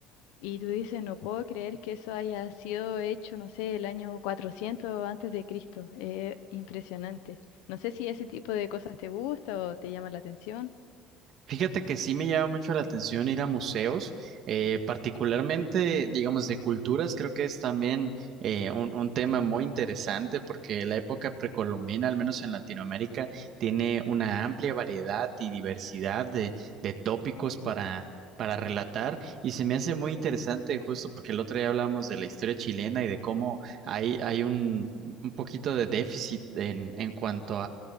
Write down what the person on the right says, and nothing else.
Fíjate que sí me llama mucho la atención ir a museos, eh, particularmente, digamos, de culturas. Creo que es también eh, un, un tema muy interesante porque la época precolombina, al menos en Latinoamérica, tiene una amplia variedad y diversidad de, de tópicos para, para relatar. Y se me hace muy interesante justo porque el otro día hablamos de la historia chilena y de cómo hay, hay un, un poquito de déficit en, en cuanto